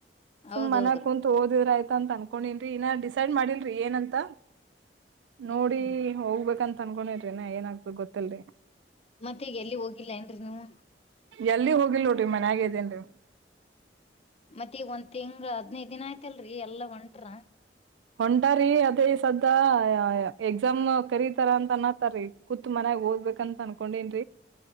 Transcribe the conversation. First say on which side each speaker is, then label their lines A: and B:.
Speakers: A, on the right (about 90°); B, on the left (about 35°).
A: ಸು್
B: ಹೌದೌದ್ರಿ
A: ಮ ಕು ತೋದ್ರ ಆಯ್ತ ಅಂತ ಅನ್ಕೊಂಡನ್ರಿ ಇನ್ನ ಡಿಸೈಡ್ ಮಾಡಿಲ್ರಿ ಏನಂತ
B: ಹ್ಮ್
A: ನೋಡಿ
B: ಹ್ಮ್
A: ಹೋಗ್ಬೇಕಂತ ಅನ್ಕೊಂಡಿದ್ರಿ ನ ಏನಾಗ್ಬೇಕಕ್ ಗೊತ್ತಲ್ರಿ
B: ಮತ್ತೆ ಈಗ ಎಲ್ಲಿ ಹೋಗಿಲ್ಲ ಏನ್ರರಿ ನೀವು
A: ಎಲ್ಲಿ ಹೋಗಿಲ್ ನೋಡ್ರಿ ಮನ್ಯಾಗೆ ಇದೇನ್ರಿ
B: ಮತ್ತ ಈಗ ಒಂದ್ ತಿಂಗ್ ಹದನೈದ ದಿನ ಆಯ್ತಲ್ರರಿ ಎಲ್ಲಾ ಒಂಟ್ರ
A: ಹೊಂಟಾರಿ ಅದೇ ಸದಾ ಎಕ್ಸಾಮ್ ಕರೀತಾರ ಅಂತ ಅನಾತಾರೀ ಕತ್ಮನ್ಯಾಗ ಓದ್ಬೇಕಂತ ಅನ್ಕೊಂಡನ್